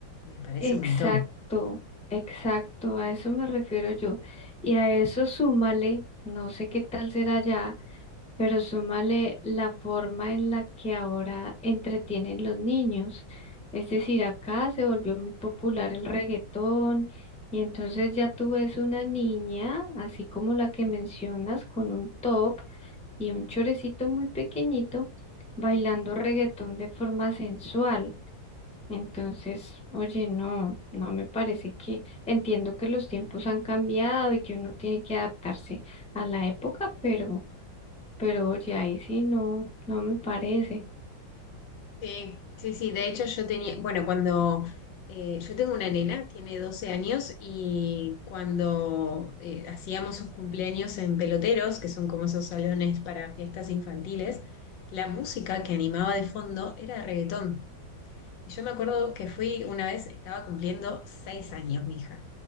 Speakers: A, on the left (about 75°); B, in the centre.
A: me parece
B: Exacto,
A: un montón.
B: exacto. A eso me refiero yo. Y a eso súmale, no sé qué tal será allá Pero súmale la forma en la que ahora entretienen los niños. Es decir, acá se volvió muy popular el reggaetón y entonces ya tú ves una niña, así como la que mencionas, con un top y un chorecito muy pequeñito, bailando reggaetón de forma sensual. Entonces, oye, no, no me parece que entiendo que los tiempos han cambiado y que uno tiene que adaptarse a la época, pero... Pero oye, ahí sí no, no me parece.
A: Sí, sí, sí, de hecho yo tenía, bueno, cuando eh, yo tengo una nena, tiene 12 años y cuando eh, hacíamos sus cumpleaños en peloteros, que son como esos salones para fiestas infantiles, la música que animaba de fondo era reggaetón. Y yo me acuerdo que fui una vez, estaba cumpliendo 6 años mi hija,